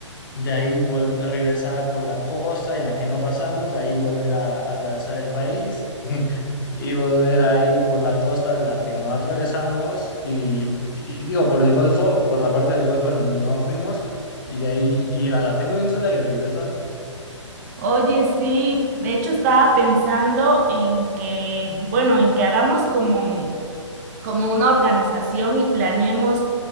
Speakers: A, on the left; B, on the right.
A: de ahí vol- regresar por la costa en la que no pasamos, de ahí volver a, a atravesar el país <laughs> y volver a ir por la costa en la que no atravesamos y, y digo, por el Golfo, por la parte del Golfo en donde no fuimos y de ahí ir a la península y regresar.
B: Oye, sí, de hecho estaba pensando en que, bueno, en que hagamos como como una organización y planeemos